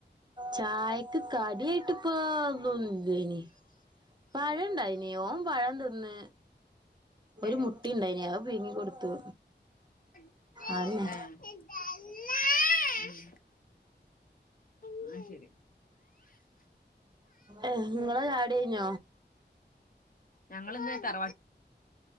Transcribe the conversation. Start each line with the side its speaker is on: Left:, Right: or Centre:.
Right: ചായക്ക് കട്യയിട്ട് പ്പോ ഓഹ് ന്നുംല്ലെനി പഴം ണ്ടായിനി ഓനൻ പഴം തിന്ന് ഒരു
Left: ഏഹ്
Right: മുട്ടിണ്ടായിനി അഹ് പിയ്ങ്ങി കൊടുത്തു
Left: ഏഹ്
Right: അതന്നെ
Left: ന്ന ശരി
Right: ഏഹ് ങ്ങളെ ചായ്ടി കയിഞ്ഞ
Left: ഞങ്ങള്ന്ന് ത